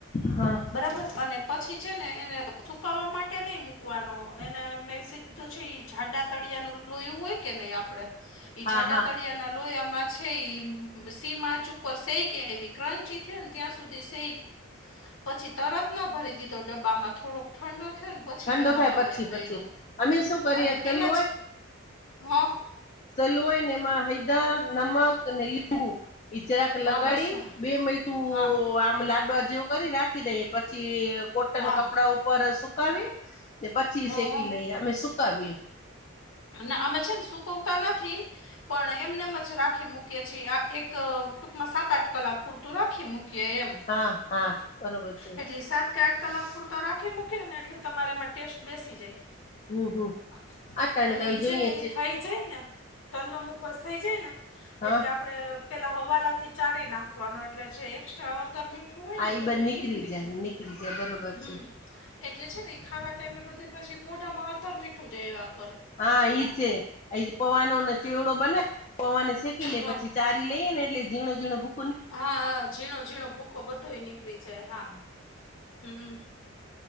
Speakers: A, on the left; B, on the left.
A: હા.
B: બરાબર અને પછી છે ને એને સુકાવા માટે નહી મૂકવાનો એને મે તો છે જાડા તળિયા નું લોહીું હોય કે નહી આપડે ઈ
A: હા
B: જાડા
A: હા
B: તળિયા ના લોહયામાં. છે સી માચ ઉપર સે કે એ ક્રંચી થય ને ત્યાં સુધી સેક પછી તરત ન ભરી દીધો ડબ્બામાં થોડોક ઠંડો થયો ને. પછી
A: ઠંડો
B: ડબ્બામાં
A: થાય પછી
B: મેં ભય્યો
A: પછી અમે શું કરીએ
B: અને પહેલાં
A: તલ
B: જ હં
A: સલોય ને એમાં હૈદર નમક ને લીંબુ. ઈજરાક
B: હા
A: લગાડી
B: બસ
A: બે મીઠું
B: હા હા
A: આમ લાડો જે. કરી રાખી દઈ પછી કોટન
B: હા
A: કપડા ઉપર સુકાવી. ને પછી
B: હ
A: શેકી
B: હ
A: લઈ અમે સુકાવી.
B: ના અમે છે ને સુકવતા નથી. પણ એમને એમ જ રાખી મૂકીએ છીએ આ એક ટૂંકમાં સાત આઠ કલાક પૂરતું રાખી મૂકીએ એમ
A: હા હા બરોબર છે.
B: એટલી સાત કે આઠ કલાક પૂરતો રાખી મૂક્યો ને એટલે તમારે માટે ટેસ્ટ બેસી જાય
A: હમ હમ આટાણે
B: અને
A: તો જોઈએ
B: છે ને એ થઈ જાય ને તલનો મુખવાસ થઈ જાય ને
A: હા
B: એટલે આપણે પેલા હવાલા થી ચારી નાખવાનો એટલે જે એક્સ્ટ્રા હળદર મીઠું હોય
A: આ
B: ને
A: ઈ
B: બધ તો એની
A: નીકળી
B: કરી
A: જાય
B: છે,
A: નીકળી જાય બરોબર
B: હમ્મ
A: છે
B: એટલે છે ને એ ખાવા ટાઈમે બધે પછી મોઢામાં અળતર મીઠું જાય એવાક
A: હા ઈ છે, એ પવાનોને ચેવડો બના પવાને શેકી લે
B: હો
A: પછી. ચારી લઈએને એટલે ઝીણો ઝીણો ભૂ
B: હા હ ઝીણો ઝીણો ભૂકો બધો નીકળી જાય હા હમ